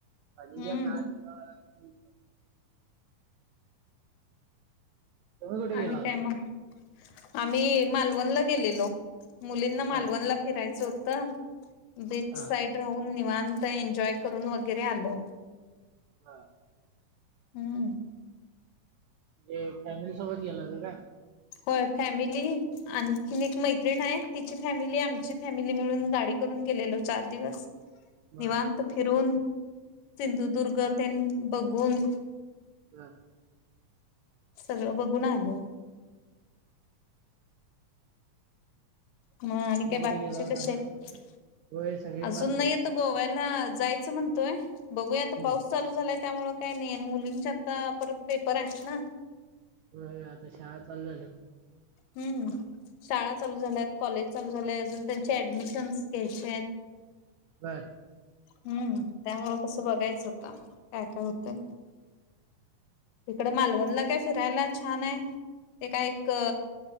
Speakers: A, on the right; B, on the left.
A: आधीच्या
B: हम्.
A: काळात <unintelligible> तुम्ही कुठे गेला
B: आणि
A: होता?
B: काय मग? आम्ही मालवणला गेलेलो. मुलींना मालवणला
A: बर
B: फिरायचं होतं बीच
A: हा
B: साईड राहून निघ व एन्जॉय करून वगैरे आलो.
A: हा.
B: हम्म.
A: म्हणजे फॅमिली सोबत गेल का काय?
B: होय. फॅमिली आणखीन एक मैत्रिण हाय तिची फॅमिली. आमची फॅमिली मिळून गाडी कर -- ून गेलेलो चार दिवस.
A: बर
B: निवांत फिरून सिंधुदुर्ग तेन बघून
A: हम.
B: सगळं बघून आलो. ह आणि काय
A: कुठे
B: बाकीचे
A: गेला होता
B: कसे
A: का?
B: आहे
A: होय सगळी
B: अजून
A: मस्त
B: नाही
A: आहेत.
B: येत गोव्या -- च म्हणतोय बघूया आता
A: हम्म.
B: पाऊस चालू झाला -- त्यामुळेळ काही नाही आणि मुलींचे आता परत पेपर आहेत ना.
A: होय. आता शाळा चालू झाल्यात.
B: हम्म. शाळा चालू झाल्यात. कॉलेज चालू झालयं. अजून त्यांचे ऍडमिशन्स घ्यायचे आहेत.
A: बर.
B: हम्म. त्यामुळ कसं बघायचं आता काय काय होतंय. इकड मालवणला काय फिरायला छान आहे ते काय एक